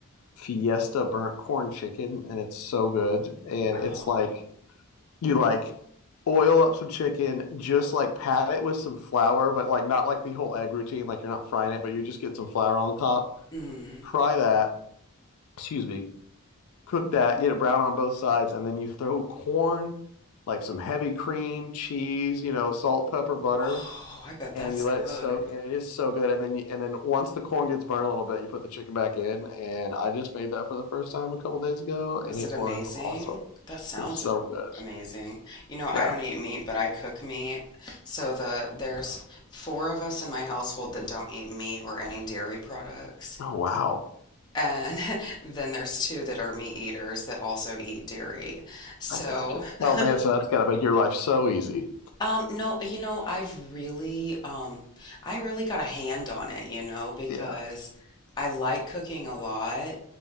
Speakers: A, on the left (about 80°); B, on the left (about 20°).
A: Fiesta burnt corn chicken, and it's so good. And
B: Oh.
A: it's like you like oil up some chicken, just like pat it with some flour, but like not like the whole egg routine. Like you're not frying it, but you just get some flour on the top.
B: mm-hmm.
A: Fry that. Excuse me. Cook that. Get it brown on both sides, and then you throw corn, like some heavy cream, cheese, you know, salt, pepper, butter
B: Oh, I bet
A: and
B: that's
A: you
B: good.
A: let it soak, and it is so good. And then you, and then once the corn gets burned a little bit, you put the chicken back in, and I just made that for the first time a couple days ago, and
B: Was
A: it
B: it amazing?
A: was awesome. It
B: That sounds
A: was so
B: a-
A: good.
B: amazing. You know, I
A: Yeah.
B: don't eat meat, but I cook meat. So the there's four of us in my household that don't eat meat or any dairy products.
A: Oh wow,
B: And <laughs> then there's two that are meat eaters that also eat dairy. So
A: I got you. Oh
B: <laughs>
A: man, so that's gotta make your life so easy.
B: Um, no, you know, I've really, um, I really got a hand on it, you know, because
A: Yeah,
B: I like cooking a lot